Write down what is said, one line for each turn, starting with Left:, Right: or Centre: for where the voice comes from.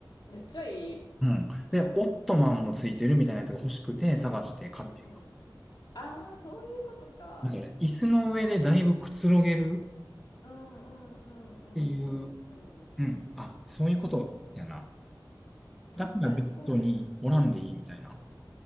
Left: めっちゃいい。
Centre: うん。で、オットマンもついてるみたいなやつが欲しくて探して買ってる。
Left: うんうん。ああ、そういうことか。
Centre: だから、椅子の上でだいぶくつろげる
Left: うんうんうんうんうんうん。
Centre: っていう、うん。あ、そういうことやな。
Left: 確かに、
Centre: だからベッドにおらんでいいみたいな。
Left: そうやな。うんうん。